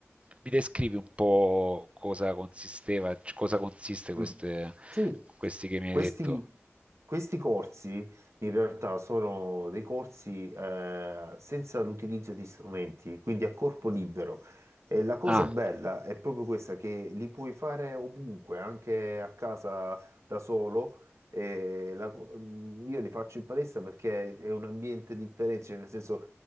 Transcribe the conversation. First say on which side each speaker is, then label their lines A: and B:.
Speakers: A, on the right; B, on the right.
A: mi descrivi un po' cosa consisteva, c- cosa consiste queste,
B: Mm. Sì,
A: questi che mi
B: questi,
A: hai detto?
B: questi corsi in realtà sono dei corsi eh, senza l'utilizzo di strumenti, quindi a corpo libero. E la cosa
A: Ah,
B: bella è proprio questa, che li puoi fare ovunque, anche a casa da solo. E la- mm, io li faccio in palestra perché è un ambiente differente, cioè nel senso